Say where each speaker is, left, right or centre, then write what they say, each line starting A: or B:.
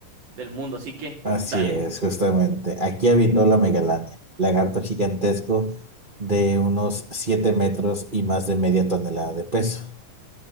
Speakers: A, on the right; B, on the right.
A: del mundo, así que
B: Así
A: dale.
B: es, justamente. Aquí habitó la megalania, lagarto gigantesco de unos 7 metros y más de media tonelada de peso.